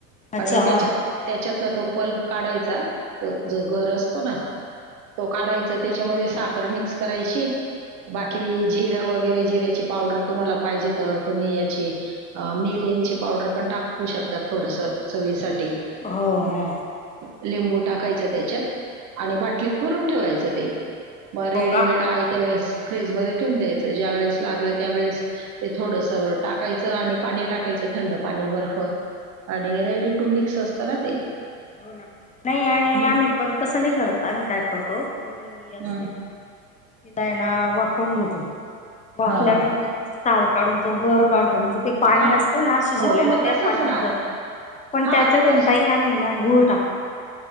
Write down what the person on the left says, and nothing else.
अच्छा
हा
हो
हो
हो
हो, ना. नाही आणि
आम्ही पण तसं नाही करत, आम्ही का- करतो. कैरी असते
ना, कैरीला ना वाफवून घेेतो. वाफल्यानंतर
तिची साल काढून तो गर काढ म्हणजे ते पाणी
असत ना, शिजवलेलं
त्या
पाण्यात
गर पण त
त्याच्यात आहे
ना ताई गुळ टाकतो.